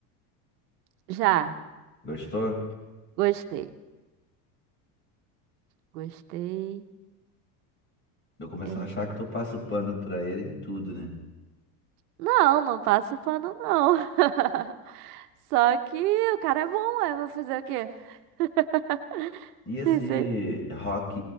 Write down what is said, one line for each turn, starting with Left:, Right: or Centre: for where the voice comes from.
Right: Já,
Left: Gostou?
Right: gostei. Gostei.
Left: Tô começando
Right: É,
Left: a achar que tu passa o pano pra ele em tudo, né?
Right: Não, não passo o pano, não. <laughs> Só que o cara é bom, eu vou fazer o quê? <laughs>
Left: E esse
Right: Tem cer-
Left: Rock,